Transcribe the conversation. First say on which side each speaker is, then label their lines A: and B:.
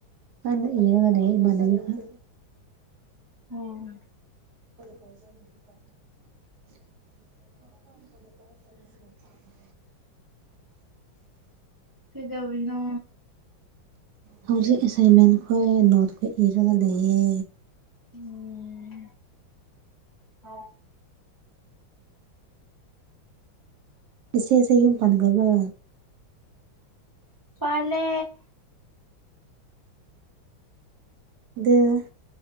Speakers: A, on the right (about 75°); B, on the right (about 25°).
A: ꯀꯟꯅ ꯏꯔꯒ ꯂꯩ ꯏꯃꯥꯟꯅꯕꯤ ꯈꯣꯏ
B: ꯑꯣꯝ
A: ꯀ <unintelligible> <inaudible>
B: ꯀꯩꯗꯧꯔꯤꯅꯣ
A: ꯍꯧꯖꯤꯛ ꯑꯦꯁꯥꯏꯟꯃꯦꯟꯈ ꯅꯣꯠ ꯄꯤꯔꯒ ꯂꯩꯌꯦ
B: ꯎꯝ ꯍ
A: ꯁꯦꯁꯝ ꯄꯟꯒꯕ
B: ꯄꯂꯦ
A: ꯑ